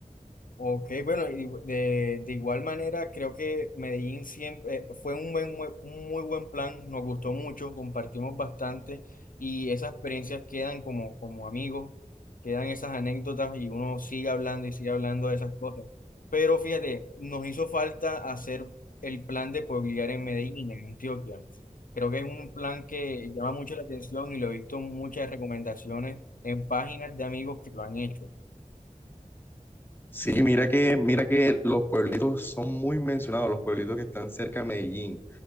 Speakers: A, on the left (about 85°); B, on the left (about 15°).
A: Ok, bueno, y igu- de, de igual manera creo que Medellín siempre eh, fue un buen, mue- un muy buen plan, nos gustó mucho, compartimos bastante y esas experiencias quedan como, como amigos, quedan esas anécdotas y uno sigue hablando y sigue hablando de esas cosas. Pero fíjate, nos hizo falta hacer el plan de pueblear en Medellín, en Antioquia. Creo que es un plan que llama mucho la atención y lo he visto en muchas recomendaciones en páginas de amigos que lo han hecho.
B: Sí, mira que, mira que los pueblitos son muy mencionados, los pueblitos que están cerca de Medellín.